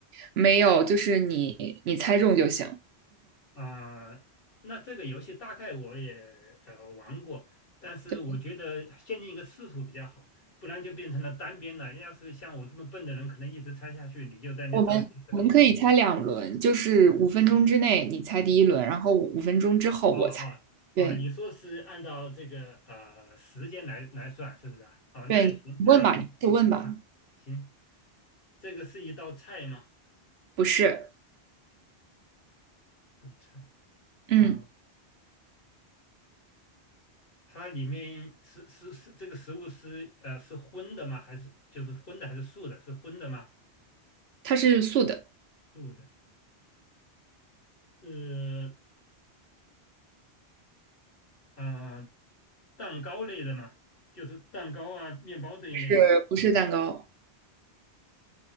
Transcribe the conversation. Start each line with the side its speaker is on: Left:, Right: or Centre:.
Right: 没有，就是你你猜中就行。
Left: 啊、那这个游戏大概我也呃玩过，但是我觉得限定一个次数比较好，
Right: 对，
Left: 不然就变成了单边了。要是像我这么笨的人，可能一直猜下去，你就在那造句子了。
Right: 我们我们可以猜两轮，就是五分钟之内你猜第一轮，然后五分钟之后我猜。
Left: 哦哦哦，
Right: 对
Left: 你说是按照这个呃时间来来算，是不是啊？哦，那也行，
Right: 对，你问吧，
Left: 那也行啊，
Right: 你就问吧。
Left: 行，这个是一道菜吗？
Right: 不是，
Left: 是菜。
Right: 嗯，
Left: 啊，它里面是是是这个食物是呃是荤的吗？还是就是荤的还是素的？是荤的吗？
Right: 它是素的，
Left: 素的，是嗯、呃蛋糕类的嘛，就是蛋糕啊、面包这一类的嘛。
Right: 呃，不是蛋糕。